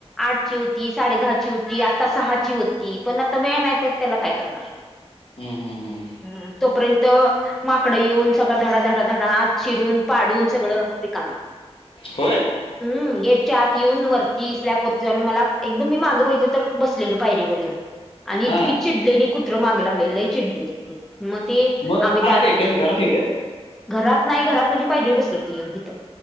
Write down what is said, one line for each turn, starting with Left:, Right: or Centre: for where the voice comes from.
Centre: आठची होती साडे दहाची होती आता सहाची होती पण आता वेळ नाही तर त्याला काय! करणार,
Left: हम्म हम्म हम्म,
Centre: हम्म तोपर्यंत माकडं येऊन सगळा धडा धाडा धडा आत शिरून पाडून? सगळं रिकामी,
Left: होय?
Centre: हम्म गेटच्या आत येऊन वरती सल्याप वर जाउन मला एकदम मी मागं बघितल तर बसलेलं पायरीवर येऊन. आणि इतकी
Left: हां.
Centre: चिडलेली कुत्र माग लागलेल लई चिडलेली ती. मग ति
Left: मग
Centre: आम्ही
Left: आत
Centre: दार,
Left: येत्यात, घरात येत्यात?
Centre: घरात नाही घरात म्हणजे पायरीवर बसल होत येऊन इथं